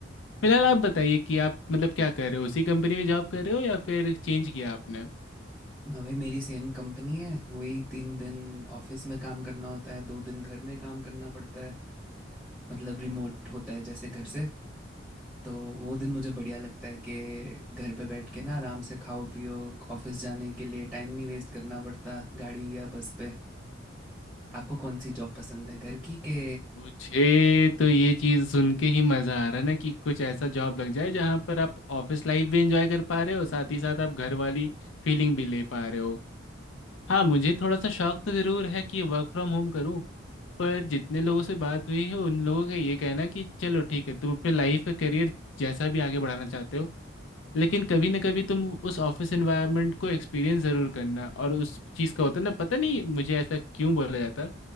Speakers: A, on the left (about 70°); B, in the centre.
A: फिलहाल
B: हम्म,
A: आप बताइए कि आप मतलब क्या कर रहे हो उसी कंपनी में जॉब कर रहे हो या फिर चेंज किया आपने
B: ना भाई मेरी सेम कंपनी है वही तीन दिन ऑफिस में काम करना होता है दो दिन घर में काम करना पड़ता है मतलब रिमोट होता है जैसे घर से तो वो दिन मुझे बढ़िया लगता है कि घर पे बैठ के ना आराम से खाओ पियो ऑफिस जाने के लिए टाइम नहीं वेस्ट करना पड़ता गाड़ी या बस पे आपको कौन सी जॉब पसंद है घर की के
A: मुझे तो ये चीज़ सुन के ही मज़ा आ रहा है ना कि कुछ ऐसा जॉब लग जाए जहाँ पर आप ऑफिस लाइफ भी एंजॉय कर पा रहे हो साथ ही साथ आप घर वाली फीलिंग भी ले पा रहे हो हाँ मुझे थोड़ा सा शौक तो ज़रूर है कि वर्क फ्रॉम होम करूँ पर जितने लोगों से बात हुई है उन लोगों का ये कहना है कि चलो ठीक है तुम अपने लाइफ का करियर जैसा भी आगे बढ़ाना चाहते हो लेकिन कभी ना कभी तुम उस ऑफिस एनवायरनमेंट को एक्सपीरियंस ज़रूर करना और उस चीज़ का होता है ना पता नहीं मुझे ऐसा क्यों बोला जाता है